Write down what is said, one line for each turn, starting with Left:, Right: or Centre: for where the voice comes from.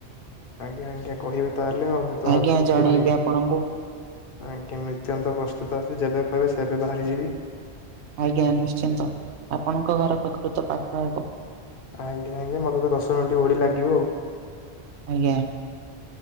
Left: ଆଜ୍ଞା ଆଜ୍ଞା କହିବେ ତାହେଲେ ଆଉ ମୁଁ ତ
Right: ଆଜ୍ଞା
Left: ଅ
Right: ଜଣେଇବି
Left: ପୁରା ମି
Right: ଆପଣଙ୍କୁ
Left: ଆଜ୍ଞା ମୀ ନିତ୍ୟନ୍ତ ପ୍ରସ୍ତୁତ ଅଛି ଯେବେ କହିବେ ସେବେ ବାହାରିଯିବି।
Right: ଆଜ୍ଞା ନିଶ୍ଚିନ୍ତ ଆପଣଙ୍କ ଘର ପାଖୁରୁ ତ ପାଖ ହବ।
Left: ଆଜ୍ଞା ଆଜ୍ଞ ମତେ ତ ଦଶ ମିନିଟ ଭଳି ଲାଗିବ ଆଉ।
Right: ଆଜ୍ଞା।